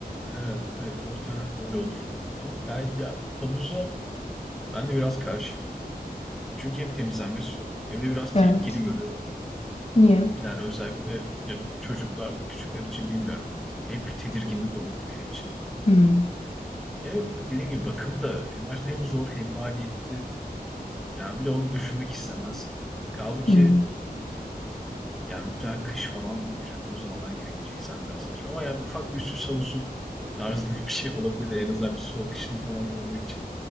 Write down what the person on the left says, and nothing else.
Evet.
Niye?
Hmm,
hmm.